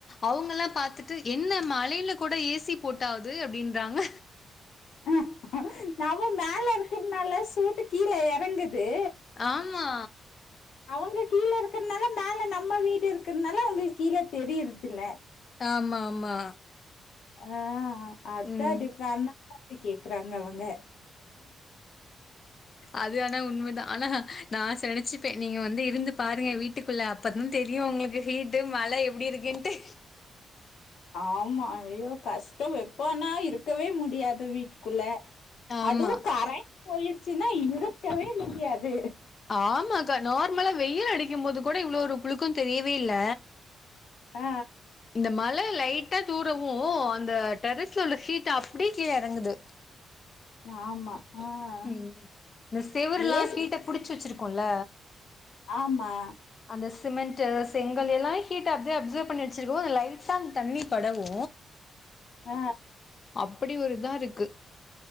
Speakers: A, on the left (about 40°); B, on the left (about 75°).
A: அவங்கெல்லா பாத்துட்டு என்ன மழயில கூட ஏசி போட்டு ஆகுது அப்டின்றாங்க
B: ம் நம்ம மேல இருக்குறதுனால சூட்டு கீழ எறங்குது
A: ஆம்மா
B: அவங்க கீழ இருக்கிறதுனால மேல நம்ம வீடு இருக்கறனால அவங்களுக்கு கீழ தெரியறதுல
A: ஆமா ஆமா
B: ஆ அதா
A: ம்.
B: டிஃப்ரண்டா <inaudible> ப்பி கேக்குறாங்க அவங்க
A: அது ஆனா உண்ம தா ஆனா நா செனச்சி ப்ப நீங்க வந்து இருந்து பாருங்க வீட்டுக்குள்ள அப்ப தா தெரியு உங்களுக்கு ஹீட்டு மழ எப்டி இருக்குன்ட்டு
B: ஆமா ஐயோ கஷ்டோ வெப்போனா இருக்கவே முடியாது வீட்டுக்குள்ள
A: ஆமா.
B: அதுவு கரன்ட் போயிடுச்சுன்னா இருக்கவே முடியாது
A: ஆமாக்கா நார்மலா வெயில் அடிக்கும் போது கூட இவ்வளோ ஒரு புழுக்கம் தெரியவே இல்ல
B: ஆ
A: இந்த மழ லைட்டா தூரவு அந்த டெரஸ்ல உள்ள ஹீட் அப்டியே கீழ எறங்குது
B: ஆமா ஆஹ்
A: ம் இந்த செவருல்லா
B: ஏசி
A: ஹீட்ட புடிச்சு வச்சிருக்குல்ல
B: ஆமா
A: அந்த சிமெண்ட்டு செங்கல் எல்லா ஹீட் அப்டே அப்சர்வ் பண்ணி வச்சிருக்கவு அந்த லைட்டா அந்த தண்ணி படவு
B: ஆ
A: அப்டி ஒரு இதா இருக்கு